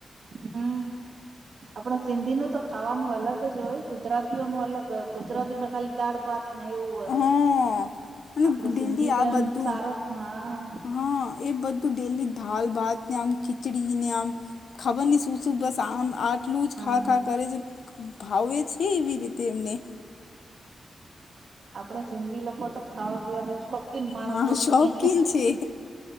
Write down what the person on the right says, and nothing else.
હમ્મ. આપણે સિંધી નું તો ખાવાનું અલગ જ હોય, ગુજરાતીઓ નો અલગ, ગુજરાતીમાં ખાલી દાળ ભાત ને એવું હોય. બધું
આપણે
સિંધી તો
એમ
સારો જ હા.
હા
આપણા સિંધી લોકો તો ખાવા પીવા ના શોખ ખીન માણસો
છીએ.